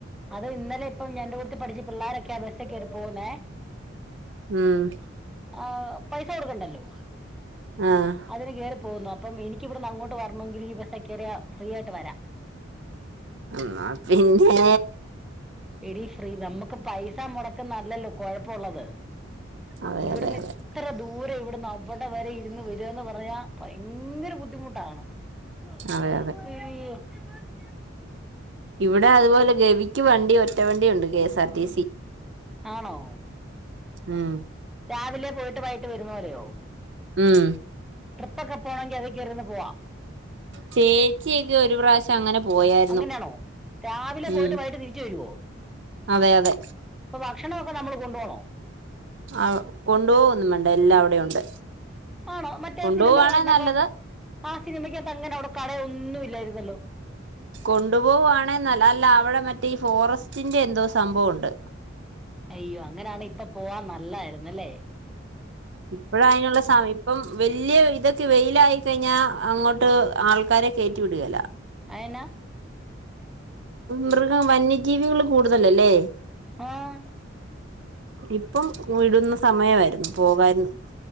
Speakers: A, in the centre; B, on the right.
A: അത് ഇന്നലെ ഇപ്പം ഞന്റെ കൂടുത്ത് പഠിച്ച പിള്ളോരൊക്കെ അഭ്യസക്ക എറി പോകുന്നേ
B: ആഹ
A: ആ പൈസ കൊടുക്കണ്ടല്ലോ
B: ആഹ്
A: അതിന്റെ പോന്നു അപ്പം എനിക്കിവിടുന്ന് അങ്ങോട്ട് വരണമെങ്കിൽ ഈ ബസ്സ ഒക്കറിയ ഫ്രീ ആയിട്ട് വരാം
B: എന്നാ പിന്നെ
A: ഇടീ ഫ്രീ നമ്മുക്ക് പൈസ മുടക്കുന്നല്ലല്ലോ കൊഴപ്പുള്ളത്
B: അതെ
A: ഇവിടുന്ന്
B: അതെ അതെ
A: ഇത്ര ദൂരം ഇവിടുന്ന് ഇപ്പോട്ട വരെ ഇരുന്ന് വരുന്ന് പറഞ്ഞാ ഭയങ്കര ബുദ്ധിമുട്ടാണ് ഉ
B: അതെ അതെ
A: <unintelligible>
B: ഇവിടെ അതുപോലെ ഗവിക്ക് വണ്ടി ഒറ്റവണ്ടിയ ഉണ്ട് കെഎസ് ആർ ടിസി
A: ആണോ
B: ഉം
A: രാവിലെ പോയിട്ട് വൈട്ട് വരുന്നലെയോ
B: ഉം
A: ട്രിപ്പ ഒക്കെ പോണമെങ്കിൽ അതിൽകയറിഇരുന്ന് പോവാം
B: ചേച്ചിയക്കെ ഒരു പ്രാവശ്യം അങ്ങനെ പോയായിരുന്നു
A: അങ്ങനെയാണോ രാവിലെ പോയിട്ട്
B: ഉം
A: വൈികിട്ട് തിരിച്ചു വരുവോ
B: അതെ അതെ
A: ഇപ്പൊ ഭക്ഷണൊക്കെ നമ്മൾ കൊണ്ടു പോണോ
B: ആ കൊണ്ടു പോവ ഒന്നും വേണ്ട എല്ലാം അവിടെ ഉണ്ട്
A: ആണോ മറ്റേ
B: കൊണ്ടുപോവാണെ
A: സിനിമ കണ്ടപ്പം
B: നല്ലത്
A: ആ സിനിമയ്ക്ക അങ്ങനെ അവിടെ കളയൊന്നുംല്ലായിരുന്നു വല്ലോ
B: കൊണ്ടുപോവുവാണെന്നല്ല അല്ല അവിടെ മറ്റേ ഈ ഫോറസ്റ്റിറെ എന്തോ സംഭവംണ്ട്
A: അയ്യോ അങ്ങനാണ് ഇപ്പ പോവാൻ നല്ലായിന്നല്ലേ
B: ഇപ്പഴ അതിനുള്ള സമയ ഇപ്പം വല്ല്യയ ഇതൊക്കെ വെയിലായി കഴിഞ്ഞാ അങ്ങോട്ട് ട് ആൾക്കാരെ കേയറ്റി വിടുകല്ല
A: അയനാ
B: മൃഗം വന്യജീവികൾ കൂടുതലല്ലേ
A: ആഹ
B: ഇപ്പം വിടുന്ന സമയമായിരുന്നു പോകായിരുന്നു